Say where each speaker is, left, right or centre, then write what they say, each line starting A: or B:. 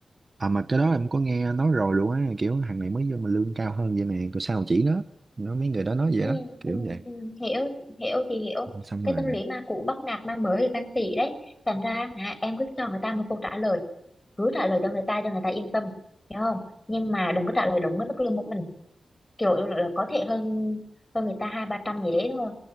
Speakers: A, on the right; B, on the left.
A: À mà cái đó em có nghe nói rồi luôn á kiểu thằng này mới vô mà lương cao hơn vậy nè rồi sao chỉ nó nó mấy người đó nói vậy
B: ừ,
A: đó kiểu
B: ừ,
A: vậy
B: ừ, hiểu hiểu thì hiểu
A: xong
B: cái
A: rồi
B: tâm lý ma cũ bắt nạt ma mới thì ganh tị đấy thành ra hả em cứ cho người ta một câu trả lời cứ trả lời cho người ta cho người ta yên tâm hiểu không nhưng mà đừng có trả lời đúng với mức lương của mình kiểu em nói là có thể hơn hơn người ta hai ba trăm gì đấy thôi